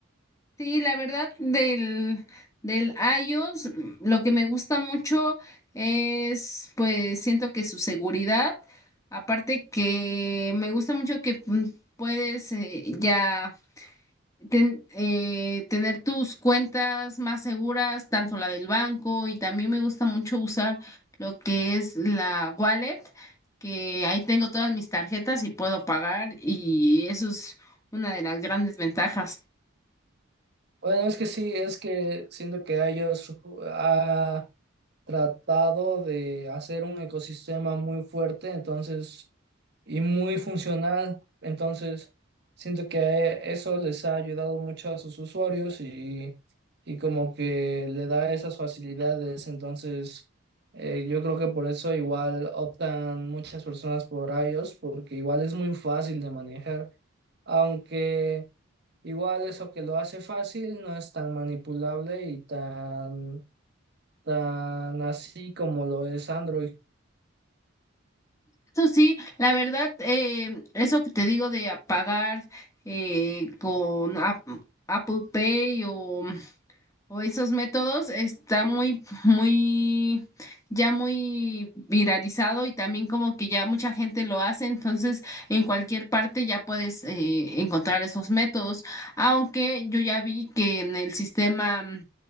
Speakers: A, on the left; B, on the right.
A: Sí, la verdad del, del iOS, mm, lo que me gusta mucho es, pues siento que su seguridad, aparte que me gusta mucho que mm, puedes eh, ya ten- eh, tener tus cuentas más seguras, tanto la del banco y también me gusta mucho usar lo que es la wallet, que ahí tengo todas mis tarjetas y puedo pagar y eso es una de las grandes ventajas.
B: Bueno, es que sí, es que siento que ellos ha tratado de hacer un ecosistema muy fuerte, entonces y muy funcional. Entonces, siento que eso les ha ayudado mucho a sus usuarios y, y como que le da esas facilidades. Entonces, eh, yo creo que por eso igual optan muchas personas por iOS, porque igual es muy fácil de manejar, aunque igual eso que lo hace fácil no es tan manipulable y tan... tan así como lo es Android.
A: Eso sí, la verdad, eh, eso que te digo de apagar eh, con Ap- Apple Pay o, o esos métodos está muy, muy, ya muy viralizado y también como que ya mucha gente lo hace, entonces en cualquier parte ya puedes eh, encontrar esos métodos, aunque yo ya vi que en el sistema